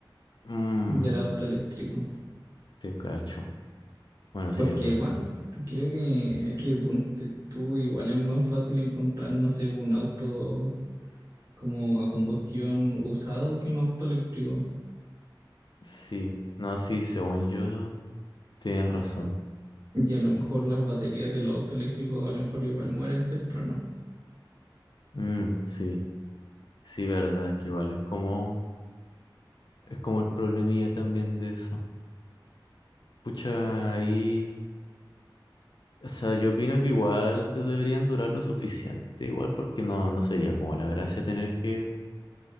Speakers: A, on the left; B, on the right.
A: Mm,
B: del auto eléctrico.
A: te cacho. Bueno, sí,
B: Porque
A: es verdad.
B: aguanta. Creo que es que ponte tú igual es más fácil encontrar, no sé, un auto como a combustión usado que un auto eléctrico.
A: Sí, no, sí, según yo, tienes razón.
B: Y a lo mejor las baterías de los autos eléctricos a lo mejor igual mueren temprano.
A: Mm, sí, sí, verdad, que igual es como, es como el problemilla también de eso. Pucha, ahí O sea, yo opino que igual te deberían durar lo suficiente, igual porque no, no sería como la gracia tener que,